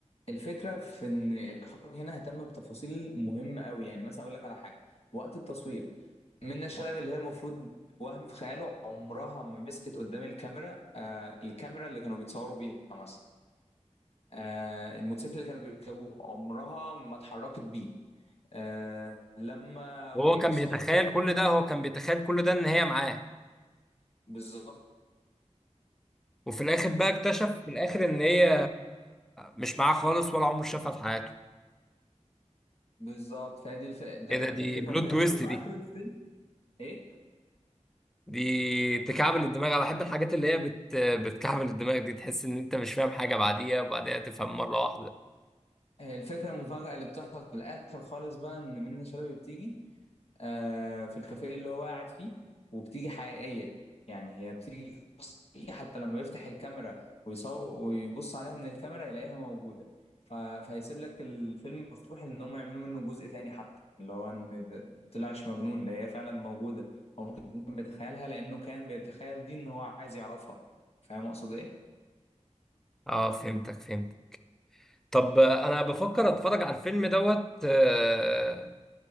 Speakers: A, on the left; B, in the centre.
A: الفكره في ان الاخراج هنا اهتم بتفاصيل مهمه قوي يعني مثلا اقول لك على حاجه وقت التصوير منة شلبي اللي هي المفروض وهم في خياله عمرها ما مسكت قدام الكاميرا آه الكاميرا اللي كانوا بيتصوروا بيها مثلا آه الموتوسيكل اللي كانوا بيركبوه عمرها ما اتحركت بيه آه لما
B: وهو
A: جه يوصلها
B: كان بيتخيل
A: البيت
B: كل ده هو كان بيتخيل كل ده ان هي معاه
A: بالظبط
B: وفي الاخر بقى اكتشف في الاخر ان هي مش معاه خالص ولا عمره شافها في حياته
A: بالظبط فهي دي الف... ده...
B: ايه ده دي
A: دي الفكره
B: بلوت
A: المفاجاه
B: تويست
A: وفي
B: دي
A: اخر الفيلم ايه
B: دي تكعبل الدماغ انا بحب الحاجات اللي هي بت... بتكعبل الدماغ دي تحس ان انت مش فاهم حاجه بعديها وبعديها تفهم مره واحده
A: آه، الفكره المفاجاه اللي بتحصل في الاخر خالص بقى ان منة شلبي بتيجي آه، في الكافيه اللي هو قاعد فيه وبتيجي حقيقيه يعني هي بتيجي شخص حقيقي حتى لما بيفتح الكاميرا ويصور ويبص عليها من الكاميرا يلاقيها موجوده ف... فيسيب لك الفيلم مفتوح ان هم يعملوا منه جزء تاني حتى اللي هو ان ده طلعش مجنون ده هي فعلا موجوده هو ممكن يكون كان بيتخيلها لانه كان بيتخيل دي ان هو عايز يعرفها فاهم اقصد ايه؟
B: اه فهمتك فهمت طب آه، انا بفكر اتفرج على الفيلم دوت آه،